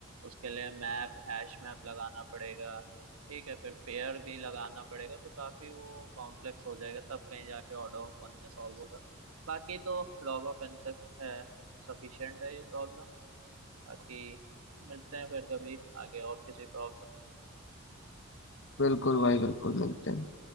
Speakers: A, on the right; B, on the left.
A: उसके लिए मैप हैश मैप लगाना पड़ेगा ठीक है फिर पेयर भी लगाना पड़ेगा तो काफी वो कॉम्प्लेक्स हो जाएगा तब कहीं जाके ऑर्डर ऑफ वन में सॉल्व होगा बाकी तो लॉग ऑफ एन तक सफिशियंट है ये प्रॉब्लम बाकी मिलते हैं फिर कभी आगे और किसी प्रॉब्लम
B: बिल्कुल भाई बिल्कुल मिलते हैं